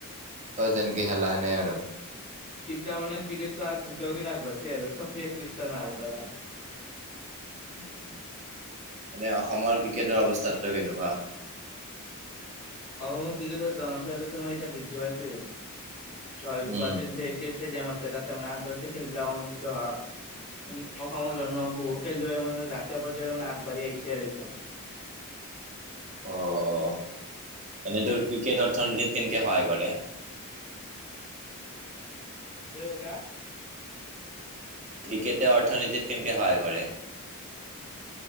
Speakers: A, on the right; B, on the left.
A: তই যেনকে খেলাহ সেনে আৰু
B: এতিয়া মানে ক্ৰিকেটত আগ দ্ৰুত গতি আগবাঢ়িছে আৰু চ ফে এক লিষ্টা ন চবে খ্ৰিষ্টান অহা পৰা
A: এনে অসমৰ ক্ৰিকেটৰ অৱস্থাটো কেনেকুৱা
B: অও ক্ৰিকেটৰ জনপ্ৰিয়তা তোমাৰ এতিয়া বৃদ্ধি পাইছে গুৱাহাটী
A: উম,
B: ইষ্টিডিয়াম আছে তাতে মানে আন্তঃৰাষ্টীয় খেলবিলাকৰ অনুষ্ঠিত হয় উম অসমৰ ধৰণৰ বহু খেলুৱৈ মানে ৰাষ্ট্ৰীয় পৰ্যায়লৈ মানে আগবাঢ়ি আহিছে আৰু এতিয়া
A: অহ এনেতো ক্ৰিকেট অৰ্থনীতিত কেনেকে সহায় কৰে
B: ঠিকেই কৈছা
A: ক্ৰিকেটে অৰ্থনীতিত
B: কৈছা?
A: কেনেকে সহায় কৰে